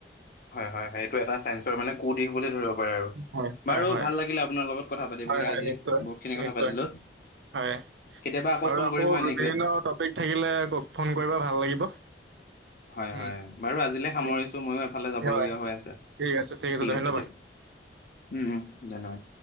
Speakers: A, on the left; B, on the right.
A: হয়, হয়, হয় এইটো এটা চাইন্সৰ মানে কু দিশ বুলি ধৰিব পাৰে আৰু
B: হয়, হয়,
A: বাৰু
B: হয়,
A: ভাল লাগিলে আপোনাৰ লগত কথা পাতি
B: হয়,
A: পেলাই
B: হয়,
A: আজি
B: নিশ্চয়,
A: বহুতখিনি কথা
B: নিশ্চয়,
A: পাতিলোঁ।
B: হয়
A: কেতিয়াবা
B: বাৰু
A: ফোন
B: আকৌ
A: কৰিব এনেকৈ।
B: বিভিন্ন টপিক থাকিলে ফোন কৰিব ভাল লাগিব।
A: হয়,
B: উম,
A: হয়। বাৰু আজিলে সামৰিছোঁ
B: দিয়া।
A: ময়ো এফালে যাবলগীয়া
B: হয়
A: হৈ আছে।
B: ঠিক আছে
A: ঠিক
B: ধন্যবাদ
A: আছে দিয়ক। উম। ধন্যবাদ।